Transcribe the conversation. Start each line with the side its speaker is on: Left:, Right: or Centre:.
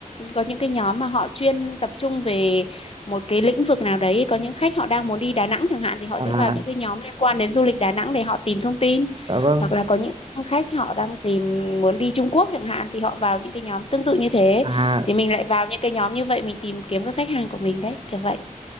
Left: có những cái nhóm mà họ chuyên tập trung về một cái lĩnh vực nào đấy có những khách họ đang muốn đi Đà Nẵng chẳng hạn thì họ
Right: à
Left: sẽ vào những cái nhóm liên quan đến du lịch Đà Nẵng để họ tìm thông tin
Right: dạ vâng
Left: hoặc là có những khách họ đang tìm muốn đi Trung Quốc chẳng hạn thì họ vào những cái nhóm tương tự như thế
Right: à
Left: thì mình lại vào những cái nhóm như vậy mình tìm kiếm các khách hàng của mình đấy kiểu vậy